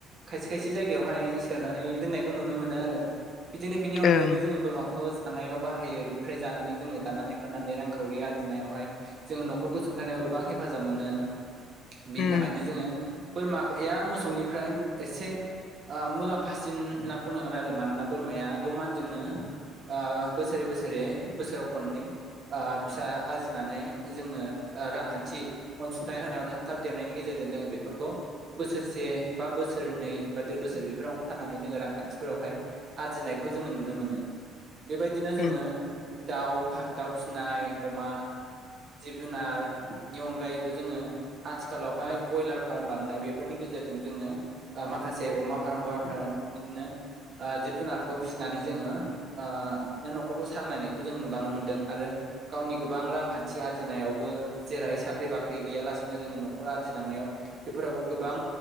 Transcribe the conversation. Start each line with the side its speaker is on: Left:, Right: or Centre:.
Right: खायसे खायसे जायगायावहाय सोनानै दोननायखौ नुनो मोनो आरो। बिदिनो बिनि अनगायैबो
Left: ओं
Right: जोङो बोरमाखौ थानायाव बाहायो। बिनिफ्राय जानानै जोङो दाननानै फाननानै रांखावरि आरजिनायावहाय जोङो न'खरखौ सुंथानायाव गोबां हेफाजाब मोनो। बिनि
Left: उम
Right: थाखायनो जोङो बोरमा या मोसौनिफ्राय एसे ओ मुलाम्फासिन होनना बुंनांगोन आरो मानोना बोरमाया द' मानजोंनो ओ बोसोरेै बोसोरेै बोसोराव खननै ओ फिसा आरजिनानै जोङो रांखान्थि अनसुंथाइ होनायाव थाब थाब देरनायनि गेजेरजों जोङो बेफोरखौ बोसोरसे बा बोसोरनै बा देर बोसोर बेफोरावनो फाननानै जोङो रांखान्थि फोरावहाय आरजिनायखौ जोङो नुनो मोनो। बेबायदिनो जोङो
Left: उम
Right: दाउ दाउ फिसिनाय अमा जिब जुनार बिनि अनगायैबो जोङो आथिखालावहाय ब्रयलार फार्म बानायनाय बेफोरनि गेजेरजों जोङो माखासे अमा फार्म बयराम फार्म बिदिनो जिब जुनारखौ फिसिनानै जोङो ओ बिदिनो न'खरखौ सालायनायखौ जोङो नुलांनो मोनदों आरो गावनि गोबां रांखान्थि आरजिनायावबो जेरैहाय साख्रि बाख्रि गैयालासिनो जोङो न'खर आरजिलांनायाव बेफोरावबो गोबां